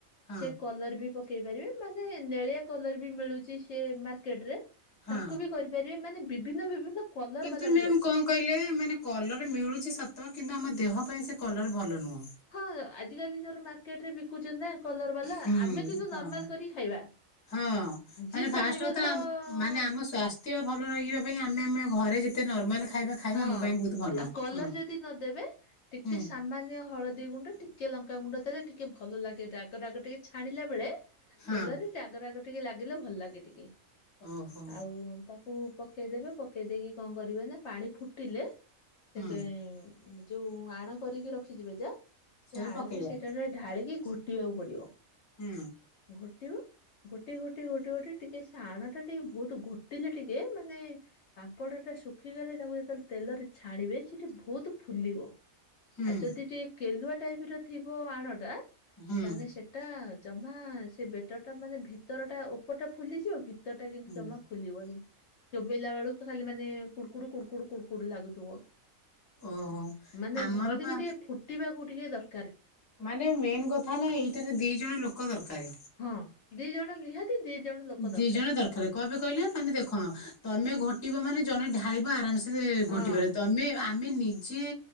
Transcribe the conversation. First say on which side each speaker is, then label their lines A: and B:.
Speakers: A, on the left; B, on the left.
A: ହଁ
B: ସେ କଲର ବି ପକେଇ ପାରିବେ ମାନେ ନେଳିଆ କଲର ବି ମିଳୁଚି ସେ ମାର୍କେଟ ରେ
A: ହଁ।
B: ତାକୁ ବି କରିପାରିବେ, ମାନେ ବିଭିନ୍ନ ବିଭିନ୍ନ କଲର
A: କିନ୍ତୁ
B: ବାଲା। ବି
A: ମ୍ୟାମ୍
B: ଅଛି।
A: କଣ କହିଲେ ମାନେ କଲର୍ ମିଳୁଛି ସତ କିନ୍ତୁ ଆମ ଦେହ ପାଇଁ ସେ କଲର ଭଲ ନୁହେଁ ।
B: ହଁ ଆଜିକାଲି ଯୋର ମାର୍କେଟ ରେ ବିକୁଛନ୍ତି ନା କଲର ବାଲା
A: ହୁଁ
B: ଆମେ କିନ୍ତୁ
A: ହଁ
B: ନର୍ମାଲ କରିକି ଖାଇବା।
A: ହଁ
B: ଯିଏ
A: ମାନେ ଫାଷ୍ଟ
B: ଚାହିଁବେ
A: କଥା
B: ଧର
A: ମାନେ ଆମ ସ୍ୱାସ୍ଥ୍ୟ ଭଲ ରହିବ। ମେ ଆମେ ଆମେ ଘରେ ଯେତେ ନର୍ମାଲ ଖାଇବା ଖାଇବା
B: ହଁ
A: ଆମ ପାଇଁ ବହୁତ ଭଲ।
B: ଆଉ କଲର
A: ହୁଁ
B: ଯଦି ନଦେବେ ଟିକେ
A: ହୁଁ
B: ସାମାନ୍ୟ ହଳଦୀ ଗୁଣ୍ଡ ଟି ଟିକେ ଲଙ୍କାଗୁଣ୍ଡ ଦେଲେ ଟିକେ ଭଲ ଲାଗେ ରାଗ ରାଗ ଟିକେ ଛାଣିଲା ବେଳେ
A: ହଁ
B: ତେଲରେ ରାଗ ରାଗ ଟିକେ ଲାଗିଲେ ଭଲ ଲାଗେ ଟିକେ
A: ଓହୋ
B: ଆଉ ତାକୁ ପକେଇଦେବେ ପକେଇ ଦେଇକି କଣ କରିବେ, ନା ପାଣି ଫୁଟିଲେ ସେବେ
A: ହୁଁ
B: ଯୋଉ ଆଣ କରିକି ରଖିଯିବେ ଯା, ସେ
A: ସେଟା
B: ଆଣକୁ
A: ପକେଇବା
B: ସେଠାରେ ଢାଳିକି ଘୋଟିବାକୁ ପଡିବ।
A: ହୁଁ।
B: ଘୋଟିବ। ଗୋଟିେ ଗୋଟିେ ଗୋଟିେ ଗୋଟିେ ଟିକେ ସେ ଆଣଟା ଟିକେ ବହୁତ ଗୋଟିଲେ ଟିକେ ମାନେ ପାମ୍ପଡ଼ ଟା ଶୁଖ ଶୁଖିଗଲେ ତାକୁ ଯେତେବେଳେ ତେଲରେ ଛାଣିବେ ସେଇଠି ବୋହୁତ ଫୁଲିବ।
A: ହୁଁ
B: ଆଉ ଯଦି ଟିକେ କେଲୁଆ ଟାଇପର ଥିବ, ଆଣ ଟା
A: ହୁଁ
B: ତାହେଲେ ସେଟା ଜମା ସେ ବେଟରଟା ମାନେ ଭିତରଟା ଉପରଟା ଫୁଲିଯିବ ଭିତରଟା କିନ୍ତୁ
A: ହୁଁ
B: ଜମା ଫୁଲିବନି । ଚୋବେଇଲା ବେଳକୁ ଖାଲି ମାନେ କୁଡୁକୁଡୁ କୁଡୁ କୁଡୁ ଲାଗୁଥିବ।
A: ଓହୋ
B: ମାନେ
A: ଆମର
B: ଭଲିକି
A: ପା
B: ଟିକେ ଫୁଟିବାକୁ ଟିକେ ଦର
A: ମାନେ ମେନ୍ କଥା ହେଲା ଏଇଟାରେ ଦି ଜଣ ଲୋକ ଦରକାର।
B: ହଁ ଦି ଜଣ ନିହାତି ଦି ଜଣ ଲୋକ ଦରକାରେ।
A: ଦି ଜଣ ଦରକାର କଣପେ କହିଲେ ମାନେ ଦେଖ ତମେ ଘୋଟିବ ମାନେ ଜଣେ ଢାଳିବ ଆରାମସେ
B: ହଁ
A: ଘୋଟିବାରେ ତମେ ଆମେ ନି ଯେ